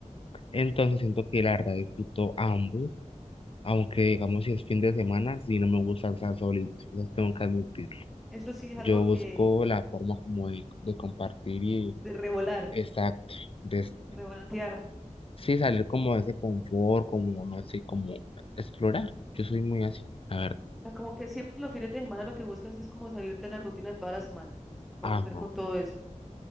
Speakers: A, on the left; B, in the centre.
A: Entonces siento que la verdad disfruto ambos, aunque digamos si es fin de semana, si no me gusta estar solito, eso sí tengo que admitir.
B: Eso sí es
A: Yo
B: algo
A: busco
B: que
A: la forma como de, de compartir y
B: de revolar,
A: exacto, desde
B: revolotear.
A: Sí, salir como de ese confort, como, no sé, como explorar. Yo soy muy así, la verdad.
B: O sea, como que siempre los fines de semana lo que buscas es como salir de la rutina de toda la semana, romper
A: Ajá,
B: con todo eso.